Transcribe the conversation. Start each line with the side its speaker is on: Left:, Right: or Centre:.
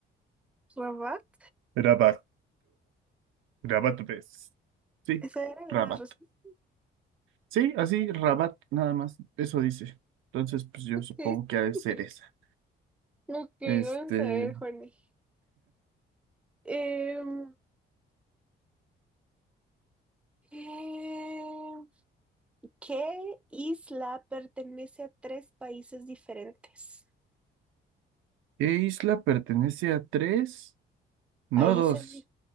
Centre: Rabat,
Right: Rabat, Rabat, ves. Sí,
Centre: esa era la
Right: Rabat.
Centre: respuesta.
Right: Sí, así, Rabat, nada más, eso dice. Entonces, pues yo supongo
Centre: Sí.
Right: que ha de
Centre: <laughs>
Right: ser esa.
Centre: Ok,
Right: Este,
Centre: vamos a ver, Juani. Em, em, ¿Qué isla pertenece a tres países diferentes?
Right: ¿qué isla pertenece a tres? No
Centre: Países
Right: dos,